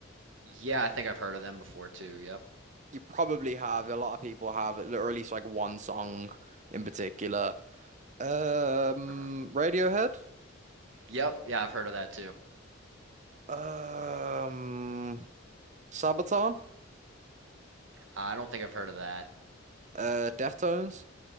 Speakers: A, on the right (about 70°); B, on the right (about 35°).
A: Yeah, I think I've heard of them before too. Yep.
B: you probably have. A lot of people have, or at least like one song in particular. Um,
A: Uh-huh.
B: Radiohead,
A: Yep, yeah, I've heard of that too.
B: um, Sabaton,
A: I don't think I've heard of that.
B: uh, Deftones.